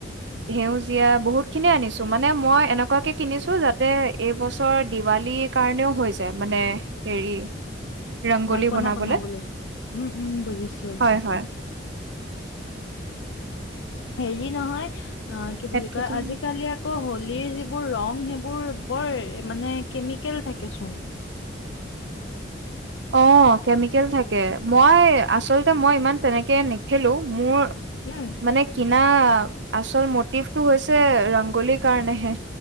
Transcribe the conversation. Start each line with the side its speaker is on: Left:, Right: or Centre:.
Right: সেউজীয়া বহুত খিনিয়ে আনিছো মানে মই এনেকুৱাকে কিনিছো যাতে এইবছৰ দিৱালীত কাৰণেও হৈ যায় মানে হেৰি। ৰংগোলী
Left: আলপনা
Right: বনাবলে,
Left: বনাবলৈ উম, উম, বুজিছো।
Right: হয়, হয়।
Left: হেৰি নহয় অ', কি
Right: সেইটো
Left: বুলি কয়
Right: কাৰণে
Left: আজিকালি আকৌ হোলীৰ যিবোৰ ৰং সেইবোৰ বৰ মানে কেমিকেল থাকে চোন?
Right: অ', কেমিকেল থাকে। মই আচলতে মই ইমান তেনেকে নেখেলো মোৰ
Left: উম।
Right: মানে কিনা, আচল মটিভটো হৈছে ৰংগোলিৰ কাৰণেহে।